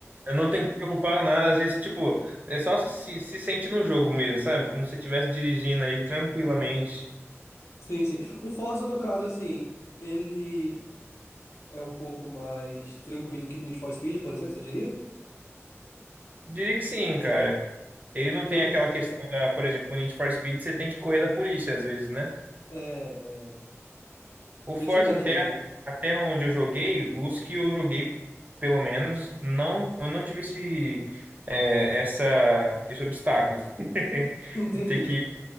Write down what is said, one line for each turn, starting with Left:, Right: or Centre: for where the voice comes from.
Right: Eu não tenho que me preocupar com nada, às vezes, tipo, é só se, se sentir no jogo mesmo, sabe? Como se você estivesse dirigindo ali tranquilamente.
Left: Sim, sim. O Forza, no caso, assim, ele é um pouco mais tranquilo que o Need for Speed, por exemplo, você diria?
Right: Diria que sim, cara. Ele não
Left: Que
Right: tem
Left: eu.
Right: aquela questão da, por exemplo, no Need for Speed, você tem que correr da polícia às vezes, né?
Left: É, é,
Right: O
Left: que
Right: Forza
Left: justamente
Right: até,
Left: o.
Right: até onde eu joguei, os que eu joguei, pelo menos, não, eu não tive esse, é, essa, esse obstáculo. <laughs>
Left: <laughs> Entendi.
Right: De ter que.